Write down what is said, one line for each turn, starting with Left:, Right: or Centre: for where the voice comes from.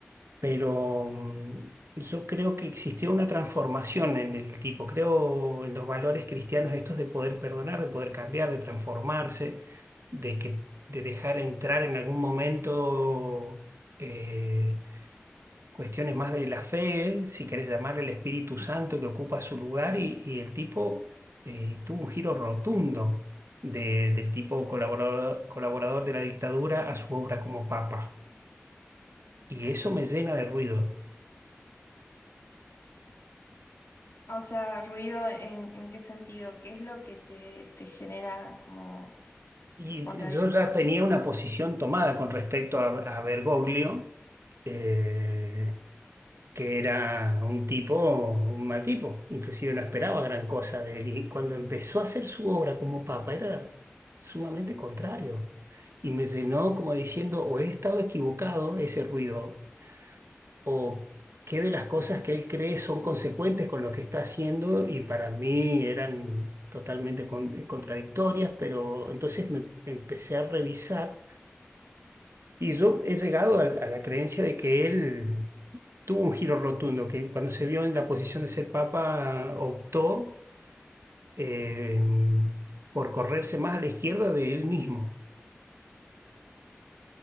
Right: Pero mm, yo creo que existió una transformación en el tipo, creo en los valores cristianos estos de poder perdonar, de poder cambiar, de transformarse, de que, de dejar entrar en algún momento. eh, cuestiones más de la fe, si querés llamarle el Espíritu Santo que ocupa su lugar y, y el tipo eh, tuvo un giro rotundo de- del tipo colaborador, colaborador de la dictadura a su obra como papa. Y eso me llena de ruido.
Left: O sea, ruido en, en qué sentido, qué es lo que te, te genera como
Right: Y
Left: contradicción.
Right: yo ya tenía una posición tomada con respecto a, a Bergoglio. eh, que era un tipo, un mal tipo. Inclusive no esperaba gran cosa de él. Y cuando empezó a hacer su obra como papa, era sumamente contrario. Y me llenó como diciendo, o he estado equivocado ese ruido, o qué de las cosas que él cree son consecuentes con lo que está haciendo y para mí eran totalmente con- eh, contradictorias, pero entonces me empecé a revisar y yo he llegado al- a, la creencia de que él tuvo un giro rotundo, que cuando se vio en la posición de ser papa optó eh, por correrse más a la izquierda de él mismo,